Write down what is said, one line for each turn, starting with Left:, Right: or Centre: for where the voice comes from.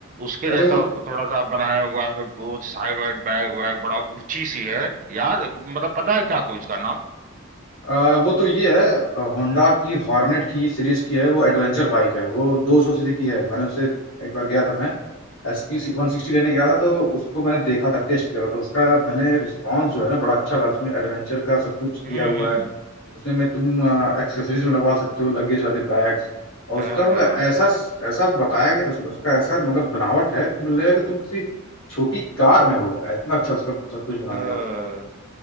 Right: उसके
Left: अरे
Right: जैसा
Left: वो
Right: उसको थोड़ा सा बनाया हुआ है वो साइड वाइड बैग वैग बड़ा ऊंची सी है याद मतलब पता है क्या कोई उसका नाम
Left: आ, वो तो ये है होंडा की हॉर्नेट की सीरीज की है वो एडवेंचर बाइक है वो 200 सीसी की है मैंने उससे एक बार गया था मैं एस पी वन सिक्सटी लेने गया था तो उसको मैंने देखा था टेस्ट किया था तो उसका मैंने रिस्पांस जो है ना बड़ा अच्छा था उसमें एडवेंचर का सब कुछ दिया
Right: हम्म
Left: हुआ
Right: हम्म
Left: है उसमें मैं तुम एक्सेसरीज में लगवा सकते हो लगेज वाले बैग्स और
Right: हाँ
Left: उसका मतलब
Right: हाँ
Left: ऐसा ऐसा बताया गया उस- उसका ऐसा मतलब बनावट है कि तुम्हें लगेगा कि तुम किसी छोटी कार में हो इतना अच्छा उसका सब कुछ बनाया
Right: हाँ।
Left: गया है।